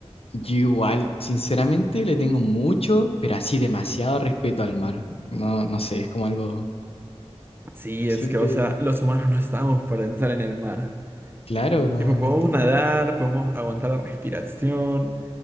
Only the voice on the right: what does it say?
Sí,
es que, o sea, los humanos no estamos para estar en el mar.
Tipo,
podemos
nadar, podemos aguantar la respiración,